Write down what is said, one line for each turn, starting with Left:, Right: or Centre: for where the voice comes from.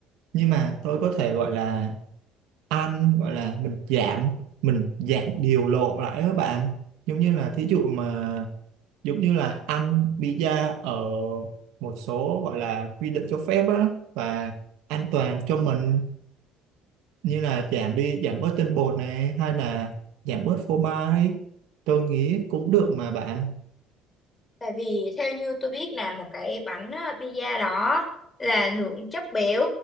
Right: nhưng mà tôi có thể gọi là ăn gọi là mình giảm mình giảm điều lộ lại các bạn giống như là thí dụ mà giống như là ăn pizza ở một số gọi là quy định cho phép á và an toàn cho mình như là giảm đi giảm bớt tinh bột này hay là giảm bớt phô mai tôi nghĩ cũng được mà bạn
Left: Tại vì theo như tôi biết là một cái bánh ờ, pizza đó là lượng chất béo